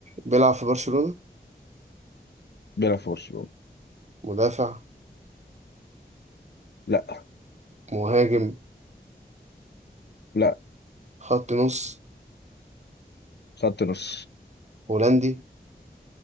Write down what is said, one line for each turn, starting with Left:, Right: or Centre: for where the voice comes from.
Right: بيلعب في برشلونة
Left: بيلعب في برشلونه
Right: مدافع
Left: لا
Right: مهاجم
Left: لا
Right: خط نص
Left: خط نص
Right: هولندي